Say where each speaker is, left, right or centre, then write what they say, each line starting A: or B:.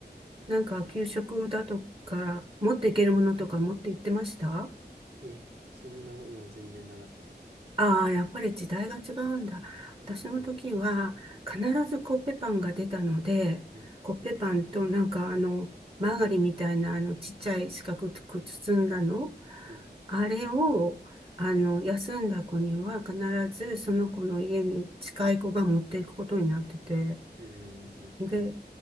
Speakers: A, on the right; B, on the right.
A: なんか給食だとか、持っていけるものとか持って行ってました
B: うん。え、そんなのは全然なかったです。
A: ああ、やっぱり時代が違うんだ。
B: うん、
A: 私の時は必ずコッペパンが出たので、
B: はいはい。うん、
A: コッペパンとなんかあの、マーガリンみたいなあのちっちゃい四角く包んだの、
B: うん、うん、
A: あれをあの、休んだ子には必ずその子の家に近い子が持っていくことになってて、
B: うん、うん、うんうんえー、
A: で、